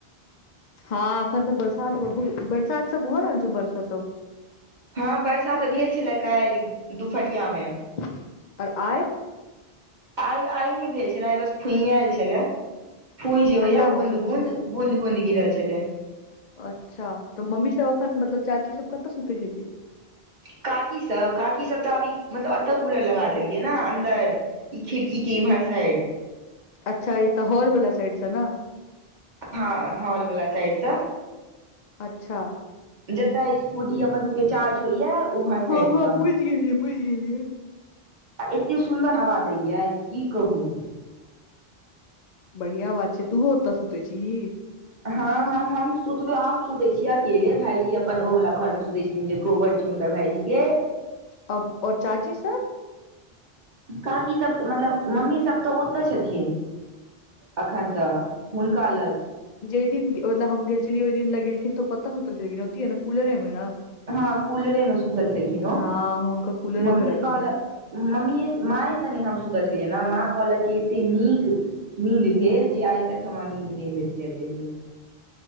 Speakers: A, on the left; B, on the right.
A: हँ एखन तऽ बरसात बहु बरसात सब भ रहल छै बर्षा सब
B: हँ वर्षा तऽ भेल छलाह काइल दुपहरिया मे
A: <inaudible> ओर आय
B: आइ आइ नइ भेल छले आइ बस फुनिएल छले फूही जे होइया
A: ठंडा मौसम
B: बूँद बूँद
A: छै
B: बूँद बूँद गिरल छलै
A: अच्छा तऽ मम्मी सभ एखन मतलब चाची सब कतऽ सुतै छथिन
B: काकी सब काकी सब तऽ आबी मतलब एतऽ कूलर लगा देलियै न अन्दर ई खिड़की के इम्हर साइड
A: अच्छा ऐत हॉल वाला साइड सँ न
B: हाँ हॉलवला साइड सँ
A: अच्छा
B: जतऽ स्कूटी अपन सबके चार्ज होइया उम्हर
A: हँ
B: साइड
A: हँ
B: सँ
A: बुझि गेलियै बुझि गेलियै
B: आ एतेे सुन्दर हवा दैये की कहू
A: बढ़िआ बात छै तूहो ओतऽ सुतै छी ही
B: हँ हम सुतब हम सुते छीयै अकेले भाईजी अपन ओ वला घर मे सुते छथिन कोहबर छैन हुनकर भाइजी के
A: तब ओ चाची सब
B: काकी सब त मतलब मम्मी सब तऽ ओतऽ छथिन अखन तऽ हुनका लग
A: जेइ दिन मतलब हम गेल छलियै ओइ दिन लग गेलखिन तऽ कतऽ सुतल छलखिन ओती हे न कूलरे मे ने
B: हँ कूलरे मे सुतल छलखिन ओ
A: हँ हुनका कूलरे
B: मम्मी
A: मे रखियै
B: कहल मम्मी माँए सने हम सुतऽ छलियै ने माँ कहलक एते नीक नींन्द भेल जे आइ तक हमरा नीन्द नहि भेल छलै एते नीक